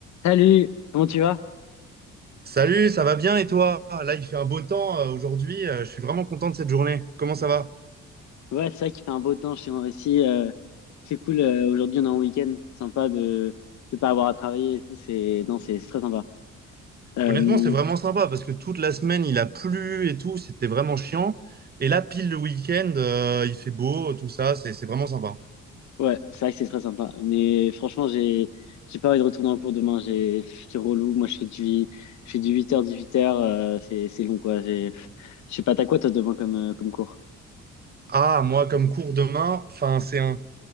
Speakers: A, on the left; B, on the right.
A: Salut, comment tu vas?
B: Salut, ça va bien et toi? Là, il fait un beau temps euh, aujourd'hui. euh, je suis vraiment content de cette journée. Comment ça va?
A: Ouais, c'est vrai qu'il fait un beau temps chez moi aussi. euh, c'est cool. euh, aujourd'hui, on est en week-end. Sympa de de pas avoir à travailler et tout. C'est non, c'est c'est très sympa. Euh,
B: Honnêtement, c'est vraiment sympa parce que toute la semaine, il a plu et tout. C'était vraiment chiant. Et là, pile le week-end, euh, il fait beau, tout ça. C'est c'est vraiment sympa.
A: ouais, c'est vrai que c'est très sympa. Mais franchement, j'ai j'ai pas envie de retourner en cours demain. J'ai c'est relou. Moi, je fais du je fais du 8h 18h. euh, c'est c'est long quoi. J'ai je sais pas t'as quoi toi demain comme euh, comme cours?
B: Ah, moi, comme cours demain, enfin, c'est un,